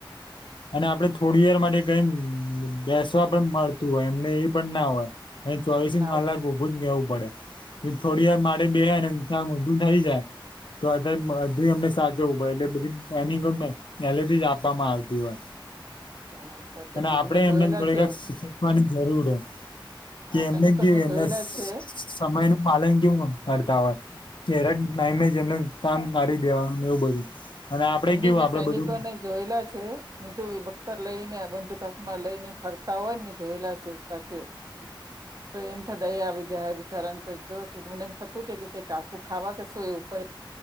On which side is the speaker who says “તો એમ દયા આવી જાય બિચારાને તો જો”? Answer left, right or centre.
Right